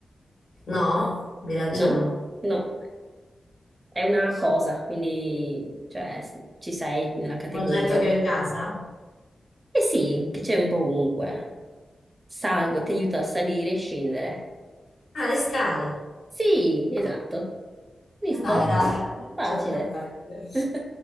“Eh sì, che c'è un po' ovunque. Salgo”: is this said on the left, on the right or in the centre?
Right